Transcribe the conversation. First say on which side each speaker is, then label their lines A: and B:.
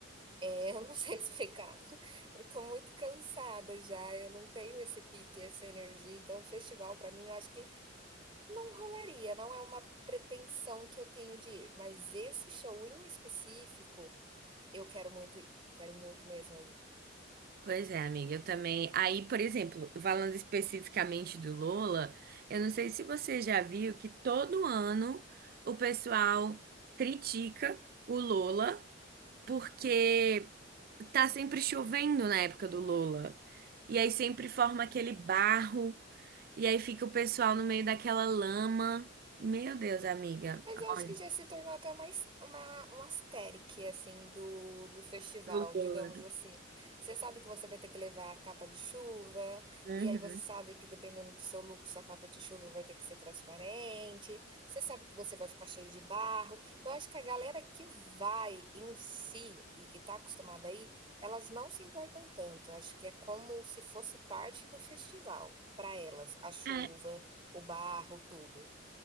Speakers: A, on the right; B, on the right.
A: Eh, eu não <laughs> sei explicar. Eu tô muito cansada já, eu não tenho esse pique, essa energia, então festival pra mim eu acho que não rolaria, não é uma pretensão que eu tenho de ir, mas esse show em específico eu quero muito ir, quero muito mesmo ir.
B: Pois é, amiga, eu também. Aí, por exemplo, falando especificamente do Lola, eu não sei se você já viu que todo ano o pessoal critica o Lola porque tá sempre chovendo na época do Lola. E aí sempre forma aquele barro, e aí fica o pessoal no meio daquela lama. Meu Deus, amiga.
A: Mas eu acho
B: Olha,
A: que já se tornou até uma, es- uma, um asterique, assim, do, do festival,
B: o Lola.
A: digamos assim. Você sabe que você vai ter que levar a capa de chuva,
B: Uhum.
A: e aí você sabe que dependendo do seu look, sua capa de chuva vai ter que ser transparente, você sabe que você vai ficar cheio de barro. Eu acho que a galera que vai em si e que tá acostumada aí, elas não se importam tanto. Eu acho que é como se fosse parte do festival, para elas, a chuva,
B: É.
A: o barro, tudo.